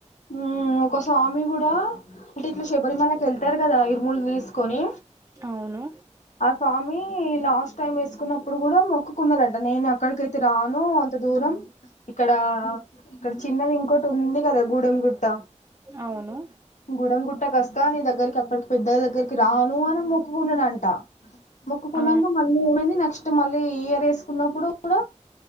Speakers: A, on the left; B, on the right.
A: ఉమ్ ఒక స్వామి కూడా అంటే ఇట్లా శబరిమలకి వెళ్ ళ్తారు కదా ఇరుముళ్ తీసుకొని
B: అవును
A: ఆ స్వామి లాస్ట్ టైమ్ వేసుకున్నప్పుడు కూడా మొక్కుకున్నారంట నేను అక్కడికైతే రాను అంత దూరం ఇక్కడ ఇక్కడ చిన్నది ఇంకోటి ఉంది కదా గూడెం గుట్టా
B: అవును
A: గుడ గుట్టకస్తా నీ దగ్గరికి అక్కడికి పెద్ద దగ్గరికి రాను అని మొక్కుకున్నాన అంట ముక్కకున్నాంగా
B: ఆ
A: మల్లి ఎం నెక్స్ట్ మళ్ళీ ఇ ఇయర్ వేసుకున్నప్పుడు కూడా